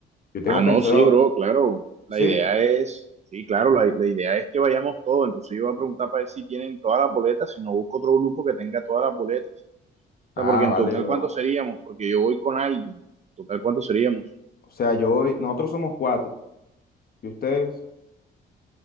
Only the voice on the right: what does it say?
Ah, no,
sí, bro, claro. La
idea es, sí, claro, la, la idea es que vayamos todos. Entonces yo voy a preguntar para ver si tienen todas las boletas, si no busco otro grupo que tenga todas las boletas. O
sea, porque en
total,
¿cuántos seríamos? Porque yo voy con alguien. En total, ¿cuántos seríamos?